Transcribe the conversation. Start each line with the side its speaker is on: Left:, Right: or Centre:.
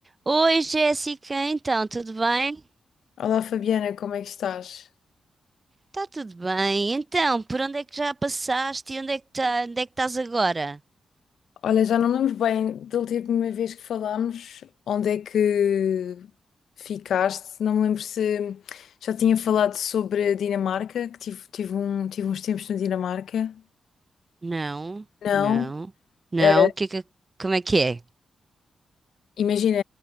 Right: Oi, Jéssica, então, tudo bem?
Left: Olá Fabiana, como é que estás?
Right: Tá tudo bem. Então, por onde é que já passaste e onde é que tá, onde é que estás agora?
Left: Olha, já não me lembro bem da última vez que falámos, onde é que ficaste? Não me lembro se já tinha falado sobre a Dinamarca, que tive, tive, um, tive uns tempos na Dinamarca.
Right: Não,
Left: Não.
Right: não, não.
Left: Eh,
Right: Que, que- como é que é?
Left: imagina,